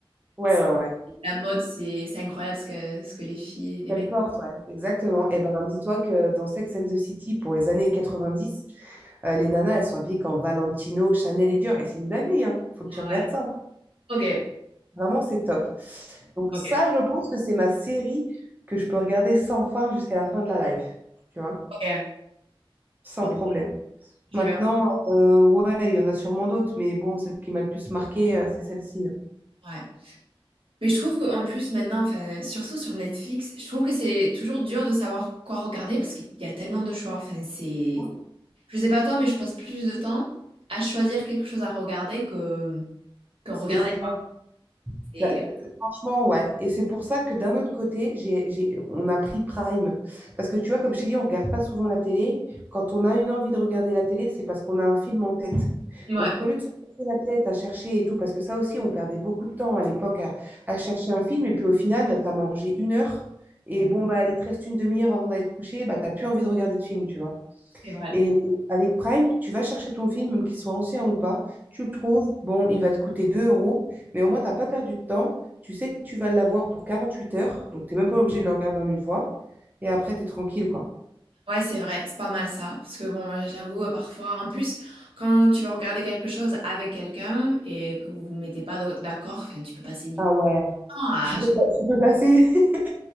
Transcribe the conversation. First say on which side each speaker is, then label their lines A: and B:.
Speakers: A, on the right (about 20°); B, on the right (about 75°).
A: ouais,
B: c'est-
A: ouais, ouais.
B: la mode, c'est c'est incroyable ce que, ce que les filles, et les
A: Quelle
B: mecs.
A: porte, ouais. Exactement. Et ben, dis-toi que dans Sex and the City, pour les années 90, euh, les nanas, elles sont habillées qu'en Valentino, Chanel et Dior. Et c'est une dinguerie, hein. Faut que tu
B: Ah
A: regardes
B: ouais.
A: ça.
B: Ok,
A: Vraiment, c'est top. Donc
B: ok,
A: ça, je pense que c'est ma série que je peux regarder sans fin jusqu'à la fin de la live, tu vois,
B: ok.
A: sans
B: Bon,
A: problème.
B: je
A: Maintenant,
B: vais.
A: euh, ouais, il y en a sûrement d'autres, mais bon, celle qui m'a le plus marqué, euh, c'est celle-ci.
B: Ouais. Mais je trouve qu'en plus, maintenant, enfin, surtout sur Netflix, je trouve que c'est toujours dur de savoir quoi regarder parce qu'il y a tellement de choix. Enfin, c'est.
A: hein.
B: Je sais pas toi, mais je passe plus de temps à choisir quelque chose à regarder que, que regarder.
A: C'est clair.
B: C'est-
A: Bah, euh, franchement, ouais. Et c'est pour ça que d'un autre côté, j'ai, j'ai- on a pris Prime. Parce que tu vois, comme je t'ai dit, on regarde pas souvent la télé. Quand on a une envie de regarder la télé, c'est parce qu'on a un film en tête.
B: Ouais, ouais,
A: Donc, au lieu de se casser la tête à chercher et tout, parce que ça aussi, on perdait beaucoup de temps à l'époque à, à chercher un film. Et puis, au final, tu as mangé une heure. Et
B: ouais,
A: bon, bah, il te reste une demi-heure avant d'aller te coucher. Bah, t'as plus envie de regarder de film, tu vois.
B: c'est vrai.
A: Et avec Prime, tu vas chercher ton film, même qu'il soit ancien ou pas, tu le trouves, bon, il va te coûter 2 euros, mais au moins, tu n'as pas perdu de temps. Tu sais que tu vas l'avoir pour 48 heures, donc tu n'es même pas obligé de le regarder en une fois. Et après, tu es tranquille, quoi.
B: Ouais, c'est vrai, c'est pas mal ça. Parce que bon, euh, j'avoue, euh, parfois, en plus, quand tu vas regarder quelque chose avec quelqu'un et que vous vous mettez pas d'ac- d'accord, enfin, tu peux passer du
A: Ah ouais,
B: temps à...
A: tu peux, tu peux passer, <laughs>